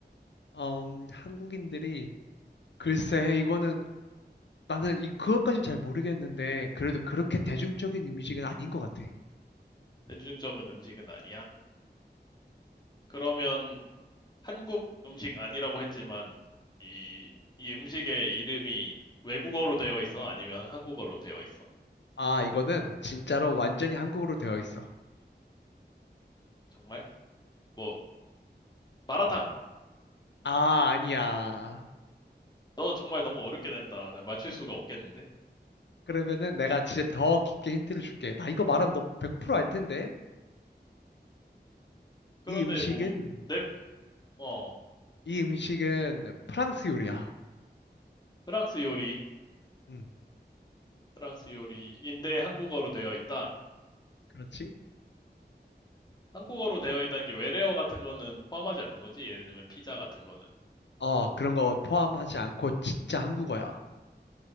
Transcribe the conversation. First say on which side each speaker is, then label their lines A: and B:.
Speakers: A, on the left (about 80°); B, on the left (about 25°).
A: 음, 한국인들이, 글쎄, 이거는, 나는 이, 그것까진 잘 모르겠는데, 그래도 그렇게 대중적인 음식은 아닌 것 같아.
B: 대중적인 음식은 아니야? 그러면 한국 음식 아니라고 했지만 이, 이 음식의 이름이 외국어로 되어 있어? 아니면 한국어로 되어 있어?
A: 아, 이거는 진짜로 완전히 한국으로 되어 있어.
B: 정말? 뭐 마라탕.
A: 아, 아니야.
B: 너 정말 너무 어렵게 된다. 내가 맞출 수가 없겠는데.
A: 그러면은 내가 진짜 더 깊게 힌트를 줄게. 나 이거 말하면 너 100%알 텐데?
B: 그런데
A: 이 음식은
B: 뭐 내, 어,
A: 이 음식은 프랑스 요리야.
B: 프랑스 요리,
A: 음.
B: 프랑스 요리인데 한국어로 되어 있다.
A: 그렇지?
B: 한국어로 되어 있다는 게 외래어 같은 거는 포함하지 않는 거지. 예를 들면 피자 같은 거는.
A: 어, 그런 거 포함하지 않고 진짜 한국어야.